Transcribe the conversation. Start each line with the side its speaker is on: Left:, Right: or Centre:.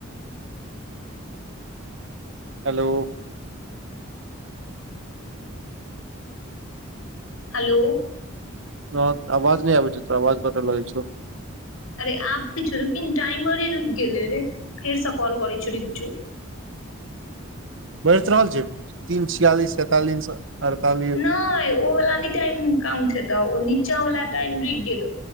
Right: हेलो
Left: हेलो
Right: ह आवाज नहि आबै छै त अवाज बत लगै छ
Left: अरे आब छ रू कि टाइमरे रुकि गेलै रे फेरसँ कल करै छ र जु
Right: बढ़ैत रहल छै तीन छियालिस सैंतालिस अड़तालिस
Left: नहि ओ वाला न त कं छै तऽ ओ नीचा वला टाइम रुक गेल